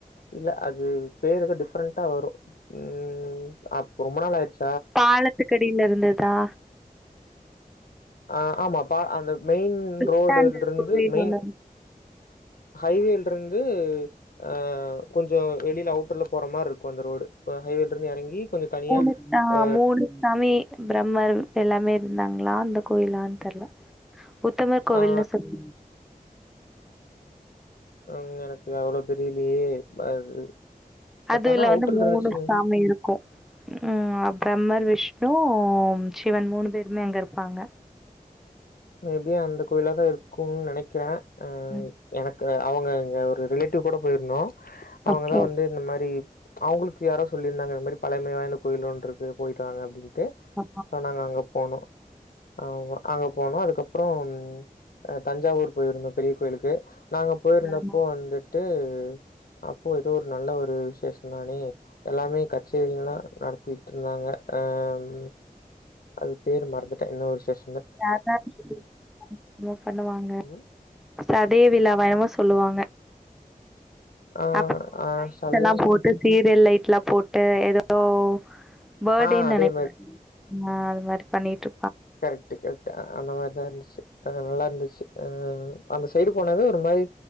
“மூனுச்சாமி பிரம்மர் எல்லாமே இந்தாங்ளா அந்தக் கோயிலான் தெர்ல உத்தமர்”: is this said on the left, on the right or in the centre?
Centre